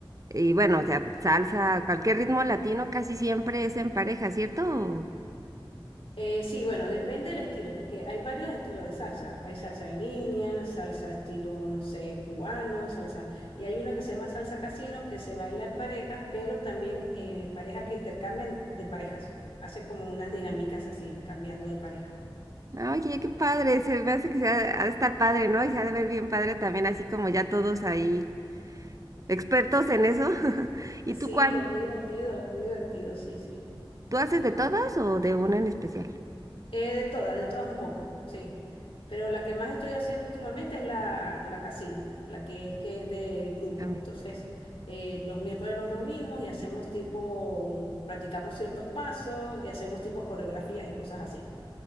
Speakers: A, on the right; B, on the left.
A: Y bueno, o sea, salsa, cualquier ritmo latino casi siempre es en pareja, ¿cierto?
B: Eh, sí, bueno, depende del estilo, porque hay varios estilos de salsa. Hay salsa en línea, salsa estilo, no sé, cubano, salsa. Y hay una que se llama salsa casino, que se baila en parejas, pero también eh, parejas que intercambian de parejas. Hacen como unas dinámicas así, cambiando de pareja.
A: Oye, qué padre, se me hace que se ha, ha de estar padre, ¿no? Y se ha de ver bien padre también, así como ya todos ahí expertos en eso. <laughs> ¿Y
B: Sí,
A: tú cuál?
B: es muy divertido, es muy divertido, sí, sí.
A: ¿Tú haces de todas o de una en especial?
B: Eh, de todas, de todas un poco, sí. Pero la que más estoy haciendo últimamente es la, la casino, la que es que es de grupos.
A: Cambio.
B: Entonces, eh, los miércoles nos reunimos y hacemos tipo, mm, practicamos ciertos pasos y hacemos tipo coreografías y cosas así.